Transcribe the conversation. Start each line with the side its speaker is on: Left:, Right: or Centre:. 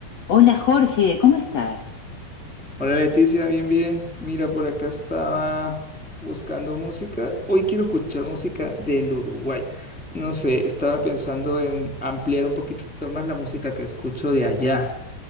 Left: Hola Jorge, ¿cómo estás?
Centre: Hola Leticia, bien, bien. Mira, por acá estaba buscando música. Hoy quiero escuchar música del Uruguay. No sé, estaba pensando en ampliar un poquito más la música que escucho de allá.